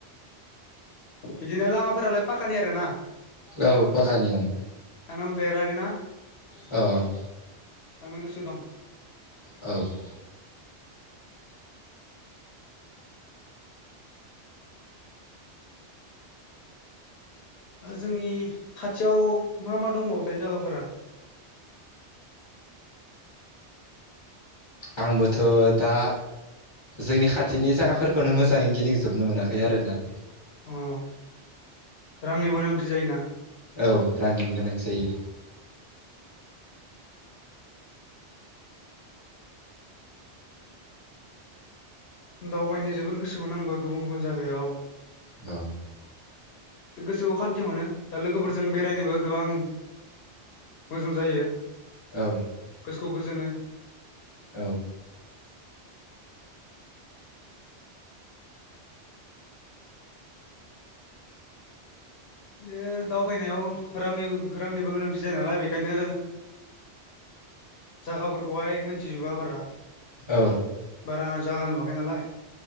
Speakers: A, on the left; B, on the left.
A: बिदिनो लामाफोरालाय पाकानि आरोना
B: औ पाकानियानो
A: थांनो मोनफेराखैना
B: औ
A: थांनो गोसो दं
B: औ <inaudible>
A: जोंनि खाथियाव मा मा दंबावोथाय जायागाफोरा
B: आंबोथ' दा जोंनि खाथिनि जायगाफोरखौनो मोजाङै गिदिंजोबनो मोनाखै आरोना
A: अ रांनिबो गोनांथि जायोना
B: औ रांनिबो गोनांथि जायो
A: दावबायनो जोबोर गोसोमोन आंबो गुबुन गुबुन जायगायाव
B: औ
A: गोसोआव खान्थि मोनो दा लोगोफोरजों बेरायनोबो गोबां मोजां जायो
B: औ
A: गोसोखौ गोजोनो
B: औ
A: ओ दावबायनायाव रांनि रांनिबो गोनांथि जायो नालाय बेखायनो जागाफोरखौहाय मोनथिजोबा बारा
B: औ
A: बारा जागा नुवाखै नालाय